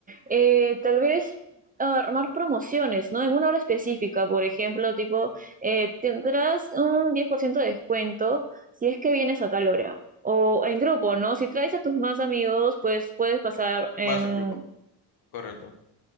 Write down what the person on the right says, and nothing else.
Eh, tal vez armar promociones, ¿no? En una hora específica, por ejemplo, tipo, eh, tendrás un 10% de descuento si es que vienes a tal hora. O en grupo, ¿no? Si traes a tus más amigos, pues puedes pasar en